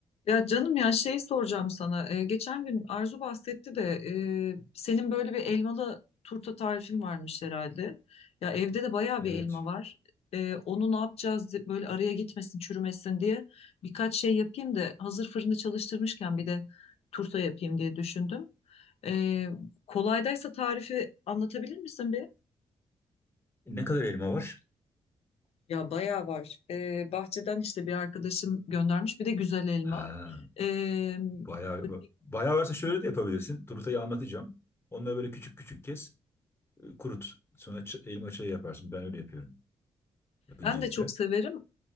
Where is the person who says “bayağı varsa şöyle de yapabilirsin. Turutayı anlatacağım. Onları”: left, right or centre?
Left